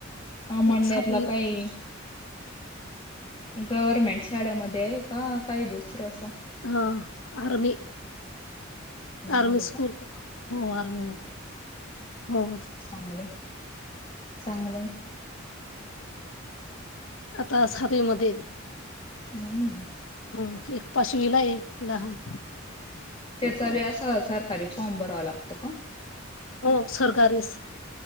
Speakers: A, on the left; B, on the left.
A: अमळनेरला
B: एक सातवी
A: काही गव्हर्मेंट शाळेमध्ये का? काही दुसरंस.
B: ह, आर्मी. आर्मी
A: मध्ये
B: स्कूल
A: का
B: हो आर्मी मध्ये. हो.
A: चांगलयं चांगलयं.
B: आता सातवीमध्ये.
A: हम्म.
B: हम्म. एक पाचवीलाय लहान.
A: त्याचा बी असा, सरकारी फॉर्म भरावा लागतो का?
B: हो सरकारीस.